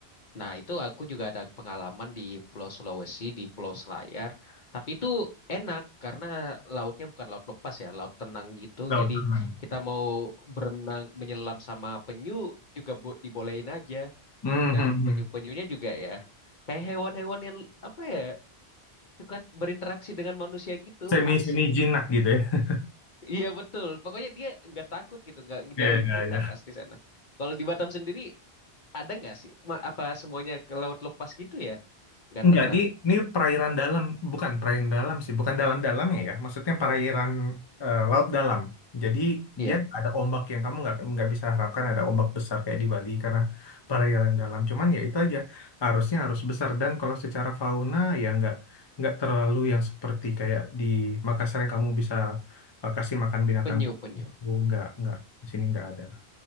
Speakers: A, on the left (about 50°); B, on the left (about 30°).
A: Nah, itu aku juga ada pengalaman di Pulau Sulawesi, di Pulau Selayar. Tapi itu enak karena lautnya bukan laut lepas ya, laut tenang gitu.
B: laut
A: Jadi
B: tenang.
A: kita mau berenang, menyelam sama penyu juga bo- dibolehin aja.
B: Hmm,
A: Dan
B: hmm,
A: penyu-penyunya
B: hmm.
A: juga ya, kayak hewan-hewan yang apa ya, suka berinteraksi dengan manusia gitu,
B: Semi
A: asik.
B: semi
A: <laughs>
B: jinak gitu ya. <laughs>
A: Iya betul, pokoknya dia nggak takut gitu, nggak ngejauhin
B: Iya
A: kita
B: iya.
A: pasti sana. Kalau di Batam sendiri ada nggak sih, Ma- apa semuanya ke laut lepas gitu ya? Nggak
B: Enggak,
A: tenang.
B: di ini perairan dalam, bukan perairan dalam sih, bukan dalam-dalamnya ya. ya. Maksudnya perairan eh, laut dalam. Jadi
A: Iya,
B: dia nggak ada ombak yang kamu nggak nggak bisa harapkan ada ombak besar kayak di Bali karena perairan dalam. Cuman ya itu aja harusnya harus besar dan kalau secara fauna ya nggak nggak terlalu yang seperti kayak di Makassar yang kamu bisa eh, kasih makan binatang
A: penyu, penyu.
B: baru nggak nggak di sini nggak ada